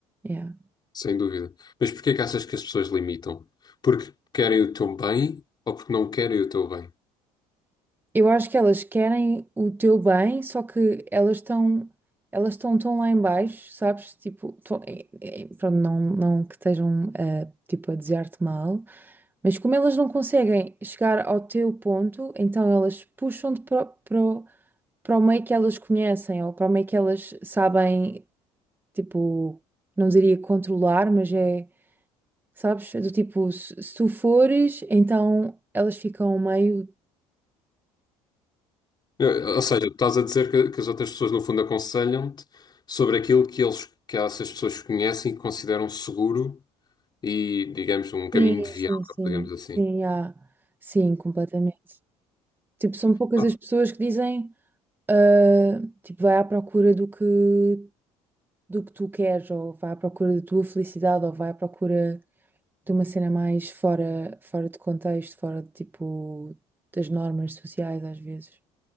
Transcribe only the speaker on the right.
Yeah.
Eu acho que elas querem o teu bem, só que elas estão elas estão tão lá em baixo, sabes? Tipo, tão- eh, eh, pronto, não, não que estejam eh, tipo, a desejar-te mal, mas como elas não conseguem chegar ao teu ponto, então elas puxam-te para, o- para, o- para o meio que elas conhecem ou para o meio que elas sabem, tipo, não diria controlar, mas é, sabes? É do tipo, se, se tu fores, então elas ficam meio.
Sim,
sim, sim,
sim, há, sim, completamente. Tipo, são poucas
as pessoas que dizem, ah, tipo, vai à procura do que, do que tu queres, ou vai à procura da tua felicidade, ou vai à procura de uma cena mais fora, fora de contexto, fora de, tipo, das normas sociais, às vezes.